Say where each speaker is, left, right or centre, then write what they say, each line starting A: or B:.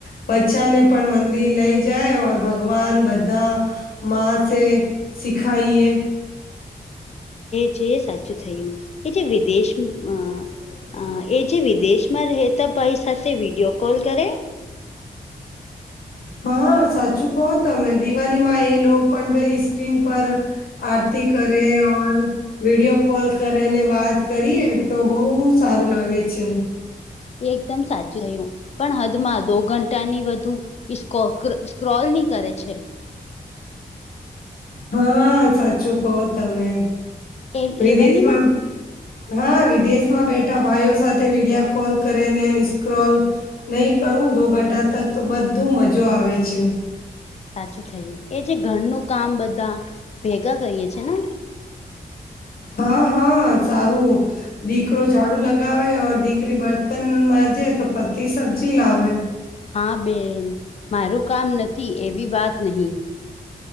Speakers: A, on the left; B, on the left.
A: બચાને પણ મંદિર લઈ જાય ઓર ભગવાન બધા મા છે સીખાઈએ
B: કે જે સાચું થયું એ જે વિદેશમાં એ જે વિદેશમાં રહેતા ભાઈ સાથે વિડીયો કોલ કરે
A: હા સાચું કહો તમે દિવાળીમાં એ લો પણ બે સ્ક્રીન પર આરતી કરે વિડિયો કોલ કરે ને વાત કરીએ તો બહુ સારું લાગે છે
B: એ એકદમ સાચું થયું પણ હદમાં દો ઘંટા ની વધુ સ્ક્રો સ્ક્રોલ ની કરે છે
A: હા સાચું કહો તમે
B: એ
A: વિદેશમાં
B: એવાની ના
A: હા વિદેશમાં બેઠા ભાઈઓ સાથે વિડીયો કોલ કરે ને સ્ક્રોલ નહી કરું દો ઘંટા તક તો બધું મજો આવે છે
B: સાચું થયું એ જે ઘરનું કામ બધા ભેગા કરીએ છે ને
A: હા હા સારું દીકરો ઝાડુ લગાવે ઓર દીકરી બરતન બાજે તો પત્તી સબ્જી લાવે
B: હા બેન મારું કામ નથી એવી વાત નહી